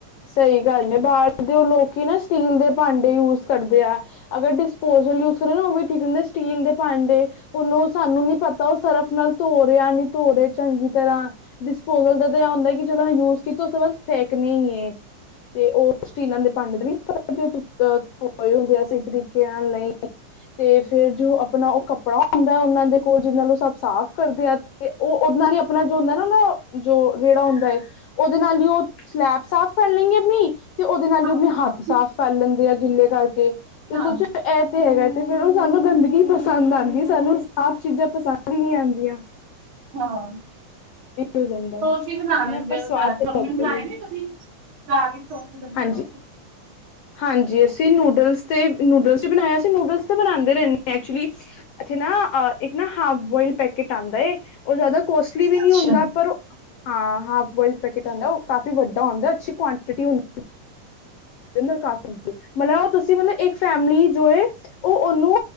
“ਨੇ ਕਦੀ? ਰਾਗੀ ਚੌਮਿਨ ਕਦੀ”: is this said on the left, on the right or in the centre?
Right